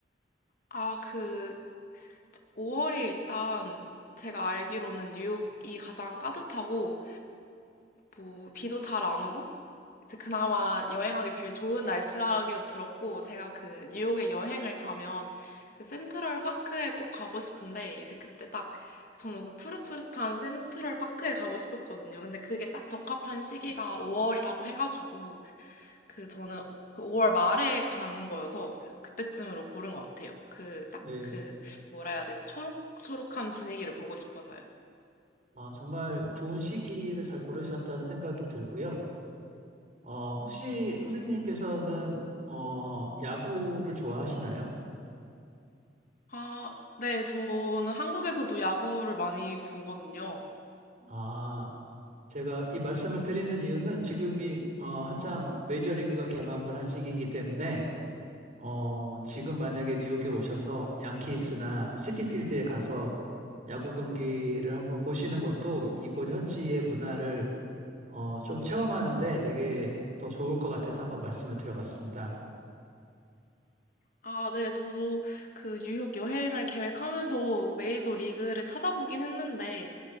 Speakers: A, on the left; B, on the right.
A: 아, 그 5월이 일단 제가 알기로는 뉴욕이 가장 따뜻하고 뭐 비도 잘 안 오고 이제 그나마 여행하기 제일 좋은 날씨라고 들었고, 제가 그 뉴욕에 여행을 가면 그 센트럴 파크에 꼭 가고 싶은데, 이제 그때 딱 저는 그 푸릇푸릇한 센트럴 파크에 가고 싶었거든요. 근데 그게 딱 적합한 시기가 5월이라고 해가지고, 그 저는 그 5월 말에 가는 거여서 그때쯤으로 고른 것 같아요. 그
B: 네.
A: 딱 그 뭐라 해야 되지? 초록초록한 분위기를 보고 싶어서요.
B: 아, 정말 좋은 시기를 잘 고르셨다는 생각이 들고요. 어, 혹시 선생님께서는 어, 야구를 좋아하시나요?
A: 아, 네, 저는 한국에서도 야구를 많이 보거든요.
B: 아, 제가 이 말씀을 드리는 이유는 지금이 어, 한참 메이저리그가 개막을 한 시기이기 때문에 어, 지금 만약에 뉴욕에 오셔서 양키스나 시티필드에 가서 야구 경기를 한번 보시는 것도 이곳 현지의 문화를 어, 좀 체험하는데 되게 더 좋을 것 같아서 한번 말씀을 드려봤습니다.
A: 아, 네, 저도 그 뉴욕 여행을 계획하면서 메이저 리그를 찾아보긴 했는데,